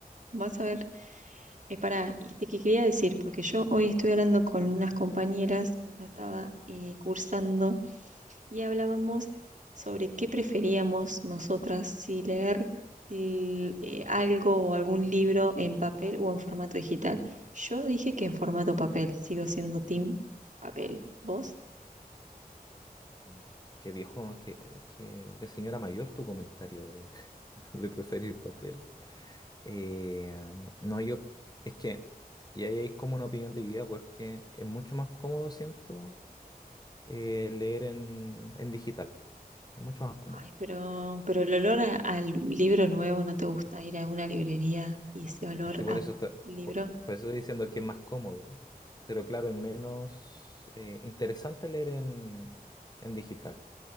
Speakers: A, on the right; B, on the left.
A: vas a ver. Es para, y te que quería decir, porque yo hoy estoy hablando con unas compañeras mientras estaba eh, cursando y hablábamos sobre qué preferíamos nosotras, si leer l- eh, algo o algún libro en papel o en formato digital. Yo dije que en formato papel, sigo siendo team papel. ¿Vos?
B: Mm. Qué viejo, qué, qué de señora mayor tu comentario de, <laughs> de preferir papel. Eh, no, yo, es que, y ahí hay como una opinión dividida porque es mucho más cómodo, siento, eh, leer en, en digital. Es mucho más cómodo.
A: Ay, pero, pero el olor a- al libro nuevo, ¿no te gusta ir a una librería y ese olor
B: Es que por
A: a
B: eso, está-
A: libro?
B: por, por eso estoy diciendo que es más cómodo, pero claro, es menos eh, interesante leer en, en digital.